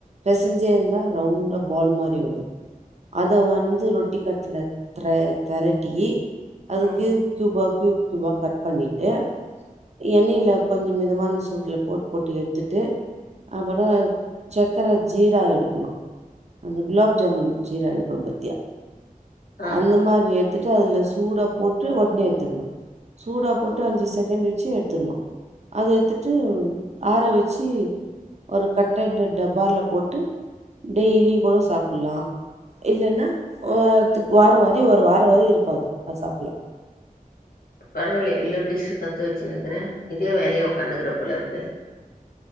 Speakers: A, on the right (about 50°); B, on the left (about 80°).
A: பெசஞ்சி இந்தா ரவுண்டா பால் மாரி வந்துரு அத வந்து ரொட்டி கட்ல திர திரட்டி அது
B: ஆ
A: க்யூப் கியூபா கியூப் கியூபா கட் பண்ணிட்டு எண்ணெயில கொஞ்சம் மிதமான சூட்ல போட்டு போட்டு எட்த்துட்டு அப்புற சக்கரை ஜீரா எடுக்கணு அந்த குலாப் ஜாமுன் ஜீரா எடுக்குறோ பத்தியா
B: ஆ
A: அந்த மாரி எடுத் விட்டு அதில் சூடா போட்டு உடனே எட்த்துணு சூடா போட்டு அஞ்சு செகண்ட் வச்சு எட்த்துணு அத எட்த்துட்டு ஆற வச்சு ஒரு கட்டெட் டப்பால போட்டு டெய்லி கூட சாப்ட்லா இல்லன்னா வாரத்துக்கு வார வாரி ஒரு வாரி வர இருக்கு அத சாப்புலா
B: பரவலையே இவ்லோ டிஷ் கத்து வச்சுனுக்குற இதே வேலையா உட்காணுக்ற போல இருக்கு